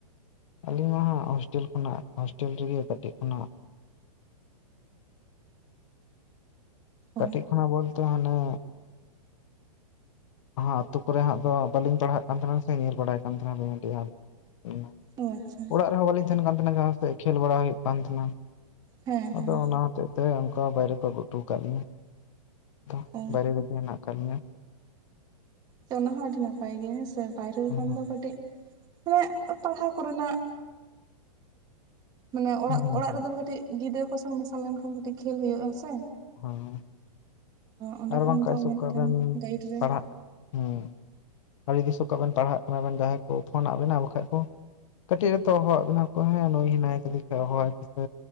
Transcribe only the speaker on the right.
ᱚ
ᱚ ᱟᱪᱪᱷᱟ
ᱦᱮᱸ
ᱦᱮᱸ
ᱚ
ᱟᱫᱚ ᱚᱱᱟ ᱦᱚᱸ ᱟᱹᱰᱤ ᱱᱟᱯᱟᱭ ᱜᱮᱭᱟ ᱦᱮᱸᱥᱮ ᱵᱟᱭᱨᱮ
ᱠᱷᱚᱱ ᱫᱚ ᱠᱟᱹᱴᱤᱜ ᱢᱟᱱᱮ ᱯᱟᱲᱦᱟᱣ ᱠᱚᱨᱮᱱᱟᱜ, ᱢᱟᱱᱮ ᱚᱲᱟᱜ
ᱚᱲᱟᱜ ᱨᱮᱫᱚ ᱠᱟᱹᱴᱤᱜ ᱜᱤᱫᱽᱨᱟᱹ ᱠᱚ ᱥᱟᱶ ᱢᱮᱥᱟᱞ ᱞᱮᱱᱠᱷᱟᱱ ᱠᱟᱹᱴᱤᱜ ᱠᱷᱮᱞ ᱦᱩᱭᱩᱜᱼᱟ ᱥᱮ᱾
ᱚᱸᱰᱮ
ᱠᱷᱟᱱ
ᱫᱚ
ᱢᱤᱫᱴᱮᱱ
ᱜᱟᱭᱤᱰ ᱨᱮ